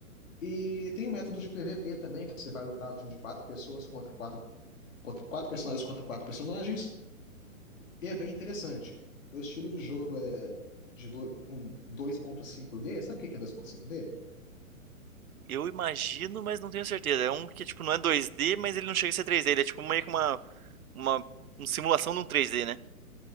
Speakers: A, on the left; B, on the right.
A: E tem um método de PVP também, que você vai lutar o time de quatro pessoas contra quatro, contra quatro personagens contra quatro personagens. E é bem interessante. O estilo do jogo é de do, um dois ponto cinco d Sabe o que que é dois ponto cinco d
B: Eu imagino, mas não tenho certeza. É um que, tipo, não é 2D, mas ele não chega a ser 3D. Ele é tipo meio que uma, uma, uma simulação de um 3D, né?